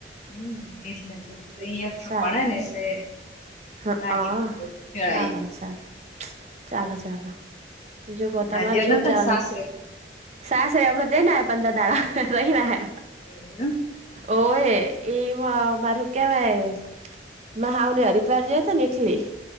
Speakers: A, on the left; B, on the right.
A: હમ એટલે તો કીધું અહિયાં
B: સારું
A: પણેને એટલે
B: હ
A: લાગી
B: હા
A: જાય તો મેળાઈ
B: હા
A: જાય
B: સારા ચાલો ચાલો બીજે કો
A: હમણાં
B: તમાર
A: જે
B: ચેવુ
A: નતા
B: ચાલ?
A: ને સાસરે
B: સાસરે <unintelligible> દેઈને પંદર દાડા રહીયા હે
A: એવું એમ
B: ઓય એમાં મારું કેવાય મહાવલી હરિદ્વાર જયા હતા ને એટલે